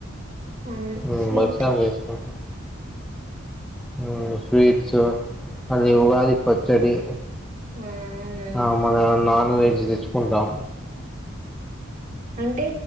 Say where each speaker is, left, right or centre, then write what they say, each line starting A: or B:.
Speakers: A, on the right; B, in the centre.
A: అవును.
B: ఉమ్
A: స్వీట్.
B: భక్షాలు చేసుకుంటాం ఉమ్ స్వీట్స్ అది ఉగాది పచ్చడి
A: ఆ! అవునవును.
B: ఆ మల్లా నాన్ వెజ్ తెచ్చుకుంటాం
A: అంటే